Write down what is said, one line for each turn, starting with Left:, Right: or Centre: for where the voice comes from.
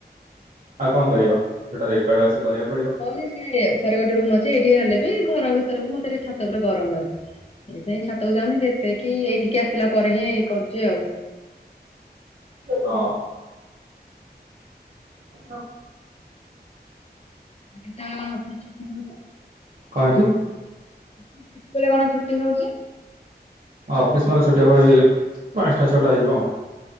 Right: ଆଉ କଣ କରିବ ଯୋଟା ରେକଡ ଅଛି କରିବାକୁ ପଡିବ।
Left: ହଉ ସେ ଉପରେ ଗୋଟେ ରୁମ ଅଛି ଏଇଠି ହେଲେ ବି ଘର ଭିତରକୁ ମତେ ଟ ଛାତ ପୁରା ଗରମ ଲାଗୁି ସେଇଥିାଇଁ ଛାତକୁ ଯାଉନି ଯେତେକି ଏଇଠିକି ଆସିଲା ପରେ ହିଁଇ କରୁଛି ଆଉ
Right: ହ ହଁ
Left: ଳେ କଣ ହଉଳେ
Right: କଣ ହେଇଛି
Left: କଣ ହଉଛି?
Right: ଅଫିସ ମା ତ ଛଟଆ ଭାଇ ପାଞ୍ଚଟା ଛୋଟା ହେଇ ଯିବ